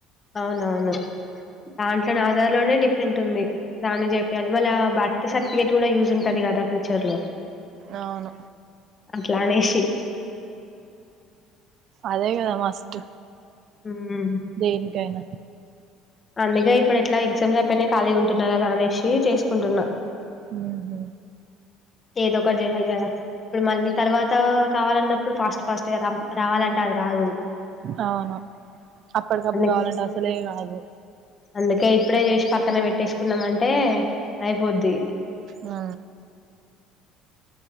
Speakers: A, on the left (about 30°); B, on the right (about 55°).
A: అవునవును దాంట్లోనే ఆధార్ లోనే డిఫరెంట్ ఉంది దాన్ని చెపియ్యలి ఇవ్వాళ బర్త్ సర్టిఫికేట్ కూడా యూజ్ ఉంటది కదా ఫ్యూచర్ లో
B: అవును
A: ట్లానేషి
B: అదే కదా మస్ట్
A: మ్
B: దేనికైనా
A: అందుకే ఇప్పుడు ఎట్లాగ్ ఎగ్జామ్ పైనాయ్ ఖాళీగుంటున్నా కదా అనేసి చేసుకుంటున్నా
B: మ్ హు
A: ఏదోకట్ జేయలి కదా ఇప్పుడు మళ్ళీ తర్వాత కావాలన్నప్పుడు ఫాస్ట్ ఫాస్ట్ గా రా రావాలంటే అది రాదు
B: అవును అప్పటికప్పుడు
A: అ
B: కావాలంటే అసలే కాదు
A: అందుకే ఇప్పుడే చేసి పక్కన పెట్టేసుకుందాం అంటే అయిపోద్ది
B: ఆ